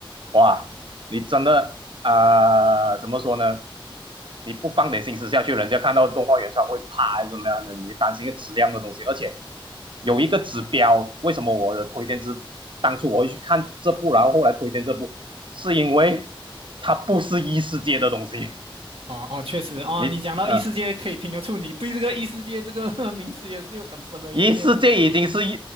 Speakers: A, on the right; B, on the right.
A: 哇，你真的啊、呃怎么说呢？你不放点心思下去，人家看到动画原创会怕还是怎么样的？你担心一个质量的东西，而且有一个指标，为什么我的推荐是当初我会去看这部，然后后来推荐这部，是因为它不是异世界的东西，
B: 啊啊，确实啊，
A: 你呃。
B: 你讲到异世界，可以听得出你对这个异世界这个 <laughs> 名词也是有很深的怨念的。
A: 一世界已经是一